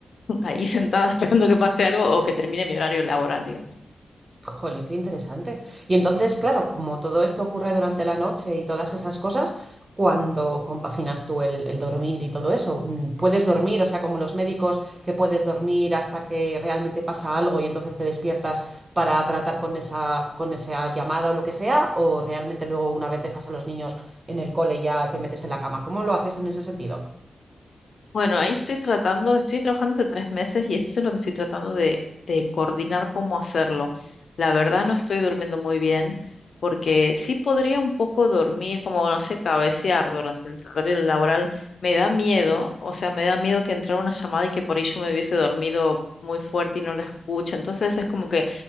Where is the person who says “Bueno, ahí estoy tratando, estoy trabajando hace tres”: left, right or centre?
Left